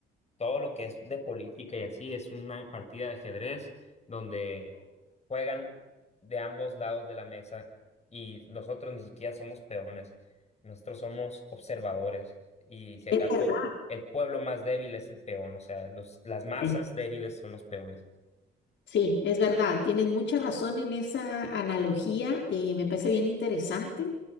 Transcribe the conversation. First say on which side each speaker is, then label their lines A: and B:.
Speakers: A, on the left (about 35°); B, on the left (about 65°).
A: todo lo que es de política y así, es una partida de ajedrez donde juegan de ambos lados de la mesa y nosotros ni siquiera somos peones. Nosotros somos observadores y si acaso
B: es verdad.
A: el pueblo más débil es el peón. O sea, los, las masas
B: eh,
A: débiles son los peones.
B: Sí, es verdad. Tienes mucha razón en esa analogía. eh, me parece bien interesante.